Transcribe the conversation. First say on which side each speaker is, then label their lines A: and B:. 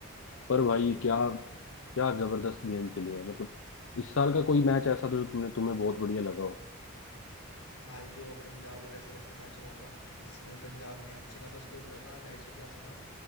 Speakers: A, on the left; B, on the left.
A: पर भाई
B: सही कह
A: क्या
B: रहे हो भाई
A: क्या जबरदस्त गेम चली है मतलब इस साल का कोई मैच ऐसा तो जो तुमने तुम्हें बहुत बढ़िया लगा हो
B: भाई जो पंजाब और एसएलएच का मैच हुआ था जिसमें पंजाब ने अच्छे खासा स्कोर करा था ढाई सौ के आसपास